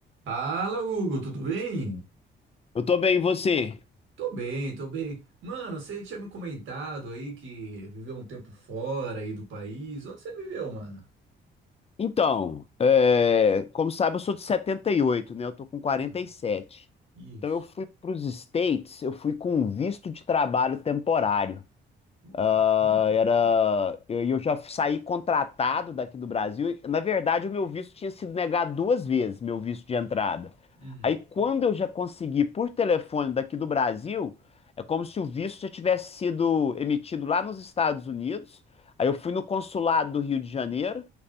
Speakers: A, on the right; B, on the left.
A: Fala, Hugo, tudo bem?
B: Eu tô bem, e você?
A: Tô bem, tô bem. Mano, você tinha me comentado aí que viveu um tempo fora aí do país. Onde você viveu, mano?
B: Então, é, como sabe, eu sou de 78, né? Eu tô com quarenta
A: Ah,
B: e sete.
A: isso.
B: Então, eu fui para os States, eu fui com um visto de trabalho temporário.
A: Oh,
B: Ah,
A: que bacana.
B: era, eu, eu já saí contratado daqui do Brasil. Na verdade, o meu visto tinha sido negado duas vezes, meu visto de entrada.
A: Hum,
B: Aí, quando eu já consegui por telefone daqui do Brasil, é como se o visto já tivesse sido emitido lá nos Estados Unidos. Aí eu fui no consulado do Rio de Janeiro